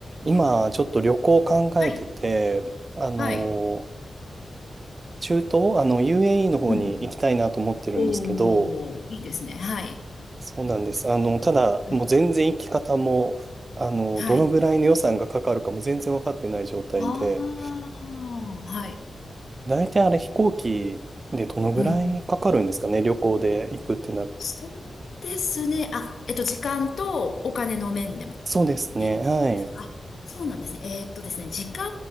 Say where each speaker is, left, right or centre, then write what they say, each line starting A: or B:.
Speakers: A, on the right (about 35°); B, on the left (about 65°).
A: 今、ちょっと旅行考えてて、
B: はい。
A: あの、
B: はい。
A: 中東、あの、UAE の方に行きたいなと思ってるんですけど、
B: うん。おー、いいですね。はい。
A: そうなんです。あの、ただ、
B: はい。
A: もう全然行き方も、あの、
B: はい。
A: どのぐらいの予算がかかるかも全然分かってない状態で、
B: ああ、はい。
A: 大体あれ飛行機でどのぐらいかかるんですかね、
B: うん。
A: 旅行で行くってなると。
B: そうですね。あ、えっと、時間とお金の面でもっ
A: そうですね。
B: ていうことですか。
A: はい。
B: あ、そうなんですね。えーっとですね、時間